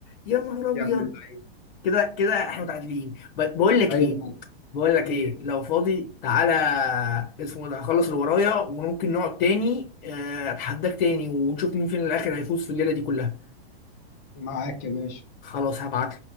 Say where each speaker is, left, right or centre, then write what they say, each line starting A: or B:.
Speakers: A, on the left; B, on the left.
A: يا نهار ابيض
B: يا ابن اللعيبة
A: كده كده احنا متعادلين ب- بقول لك
B: أيوة
A: ايه
B: معاك
A: بقول لك
B: إيه
A: ايه لو فاضي تعالى اسمه ده اخلص اللي ورايا وممكن نقعد تاني آه، اتحداك تاني ونشوف مين فينا الاخر هيفوز في الليله دي كلها
B: معاك يا باشا
A: خلاص هبعت